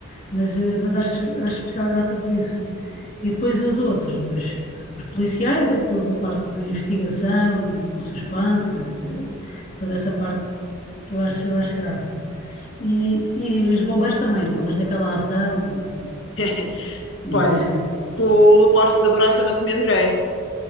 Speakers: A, on the left (about 35°); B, on the left (about 60°).
A: mas, eh, mas acho, acho especial graça por isso. E depois os outros, os, os policiais, é toda a parte da investigação, o suspense, eh, toda essa parte que eu acho, eu acho graça. E, e os bombeiros também, os bombeiros é pela ação, pela coisa,
B: <laughs>
A: né,
B: pois, tu aposto que adoraste a Anatomia de Grey.